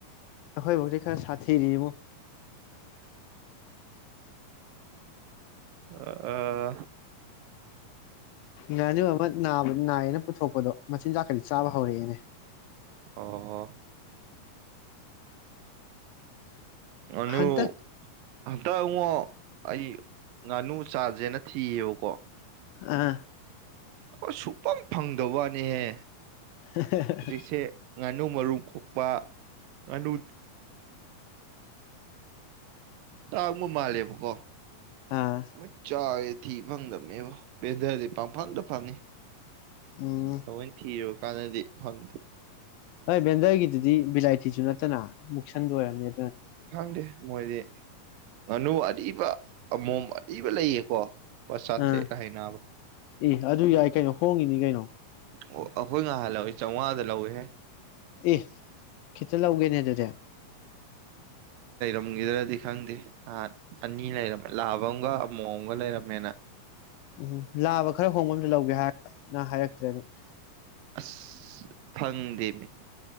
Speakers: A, on the left; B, on the right.
A: ꯑꯩꯈꯣꯏꯕꯨ ꯍꯧꯖꯤꯛ ꯈꯔ ꯁꯥꯊꯤꯔꯤꯕꯨ
B: <inaudible> ꯑ ꯑ
A: ꯅꯅꯤ ꯑꯍꯃꯗ ꯅ ꯅꯥꯏꯌꯦꯅ ꯄꯨꯊꯣꯛꯄꯗꯣ ꯃꯆꯤꯟꯖꯥꯛ ꯈꯗꯤ ꯆꯥꯕ ꯍꯧꯔꯛꯑꯦꯅꯦ
B: ꯑꯣ ꯉꯥꯅꯨ
A: ꯍꯟꯇꯛ
B: ꯍꯟꯇ ꯏꯉꯣ ꯑꯩ ꯉꯥꯅꯨ ꯆꯥꯖꯦꯅ ꯊꯤꯌꯦꯕ ꯀꯣ
A: ꯑꯥ
B: ꯑꯩꯈꯣꯏ ꯁꯨꯐꯝꯪ ꯐꯪꯗ ꯋꯥꯅꯤꯍꯦ
A: <unintelligible>
B: ꯍꯧꯖꯤꯛꯁꯦ ꯉꯥꯅꯨ ꯃꯔꯨ ꯀꯣꯛꯄ ꯉꯥꯅꯨ ꯇꯥꯡꯕ ꯃꯥꯜꯂꯦꯕꯀꯣ
A: ꯑꯥ
B: ꯃ ꯆꯥ ꯊꯤ ꯐꯪꯗꯝꯕꯅꯦꯕ ꯕꯦꯗꯔꯗꯤ ꯄꯐꯪꯗ ꯐꯪꯉꯤ
A: ꯎꯝ
B: ꯑꯣꯏ ꯊꯣ ꯀꯥꯟꯅꯗꯤ ꯐꯪꯗꯦ
A: ꯍꯣꯏ ꯕꯦꯟꯗꯔꯒꯤꯗꯨꯗꯤ ꯕꯤꯂꯥꯏꯇꯤꯁꯨ ꯅꯠꯇꯅ ꯃꯨꯛꯁꯟꯗ ꯑꯣꯏꯔꯕꯝꯅꯤ
B: ꯈꯥꯡꯗꯦ ꯃꯣꯏꯗꯤ ꯉꯥꯅꯨ ꯑꯔꯤꯕ ꯑꯃꯣꯝ ꯑꯔꯤꯕ ꯂꯩꯌꯦꯀꯣ ꯂꯨꯄꯥ ꯆꯥꯇ꯭ꯔꯦꯠ
A: ꯑꯥ
B: ꯍꯥꯏ ꯅꯥꯕ
A: ꯏ ꯑꯗꯨ ꯌꯥꯏ ꯀꯩꯅꯣ ꯍꯣꯡꯉꯤꯅꯤ ꯀꯩꯅꯣ
B: ꯑꯣ ꯑꯩꯈꯣꯏ ꯉꯥꯏꯍꯥꯟ ꯂꯧꯏ ꯆꯥꯝꯃꯉꯥꯗ ꯂꯧꯏꯦꯍꯦ
A: ꯑꯦ ꯈꯤꯇ ꯂꯧꯒꯦꯅꯦ ꯑꯗꯨꯗꯤ
B: ꯇꯝꯈꯤꯗ꯭ꯔꯗꯤ ꯈꯪꯗꯦ ꯅꯍꯥꯟ ꯑꯅꯤ ꯂꯩꯔꯝ ꯂꯥꯑꯕ ꯑꯃꯒ ꯑꯃꯨꯛ ꯑꯝꯒ ꯂꯩꯔꯝꯃꯦꯅ
A: ꯎꯝ ꯂꯥꯕ ꯈꯔ ꯍꯣꯡꯕ ꯑꯃꯁꯁꯨ ꯂꯧꯒꯦ ꯍꯥꯏꯔ ꯍꯥꯏꯔꯛ <unintelligible>
B: <unintelligible> ꯐꯪꯗꯦ ꯃꯤ